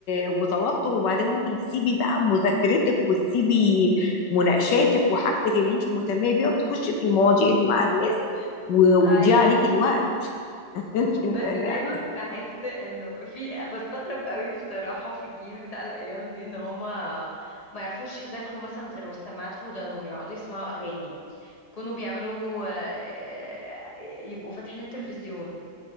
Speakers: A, on the left; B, on the left.
A: وتوتر وبعدين ممكن تسيبي بقى مذاكرتك وتسيبي مناقشاتك وحاجتك اللي انت مهتمه بيها وتخشي في المواضيع دي مع الناس و...
B: اي
A: ويضيع عليكي الوقت <laughs>
B: بس
A: لا
B: دايما بحس انه في بستغرب قوي بصراحة في الجيل بتاع الايام دي ان هما ما يعرفوش يذاكروا مثلا غير والسماعات في ودانهم يقعدوا يسمعوا اغاني كانوا بيعملوا آه، يبقوا فاتحين التلفزيون